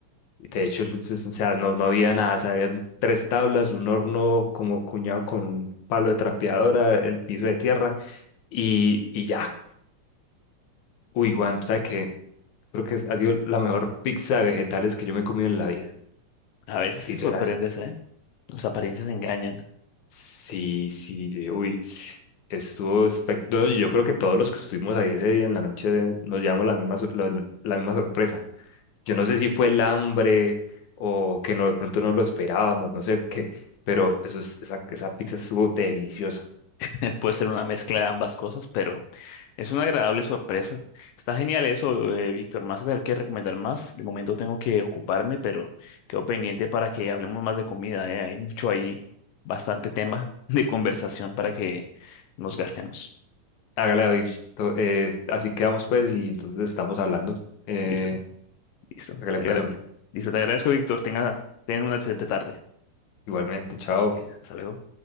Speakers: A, on the left; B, on the left.
A: De hecho, el- pues, o sea, no, no había nada, o sea, habían tres tablas, un horno como cuñado con un palo de trapeadora, el piso de tierra y, y ya. Uy, Juan, ¿sabes qué? Creo que ha sido la mejor pizza de vegetales que yo me he comido en la vida,
B: A veces
A: literal.
B: te sorprendes, ¿eh? Las apariencias engañan.
A: Sí, sí, yo dije, uy, estuvo espectacular. Yo creo que todos los que estuvimos ahí ese día en la noche nos llevamos la misma, sor- la, la misma sorpresa. Yo no sé si fue el hambre o que no, de pronto no lo esperábamos, no sé qué, pero eso es- esa, esa pizza estuvo deliciosa.
B: <laughs> Puede ser una mezcla de ambas cosas, pero es una agradable sorpresa. Está genial eso, eh, Víctor. Más a tener que recomendar más. De momento tengo que ocuparme, pero quedo pendiente para que hablemos más de comida, ¿eh? Hay mucho ahí, bastante tema <laughs> de conversación para que nos gastemos.
A: Hágale, David. To- eh, así quedamos pues y entonces estamos hablando. Eh,
B: Listo, listo.
A: hágale
B: Te
A: pues,
B: agra-
A: hombre.
B: listo, te agradezco, Víctor. Tenga, ten una excelente tarde.
A: Igualmente, chao.
B: Eh, Hasta luego.